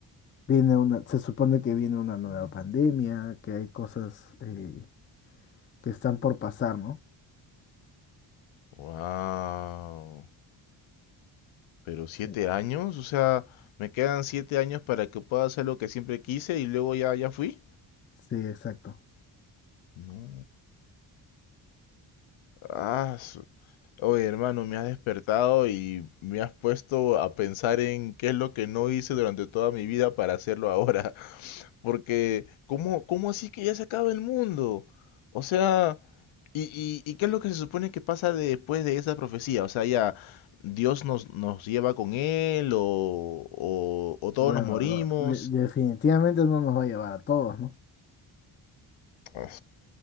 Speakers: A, on the left; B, on the left.
A: Viene una, se supone que viene una nueva pandemia, que hay cosas eh, que están por pasar, ¿no?
B: Wow. Pero siete
A: Sí,
B: años, o sea, me quedan siete años para que pueda hacer lo que siempre quise y luego ya, ya fui.
A: sí, exacto.
B: No. Ah, Oye, hermano, me has despertado y me has puesto a pensar en qué es lo que no hice durante toda mi vida para hacerlo ahora. <laughs> Porque, ¿cómo, cómo así que ya se acaba el mundo? O sea, ¿y, y, y qué es lo que se supone que pasa después de esa profecía? O sea, ya Dios nos, nos lleva con él o, o, o todos
A: Bueno,
B: nos morimos.
A: lo- de- definitivamente no nos va a llevar a todos, ¿no?
B: Ah,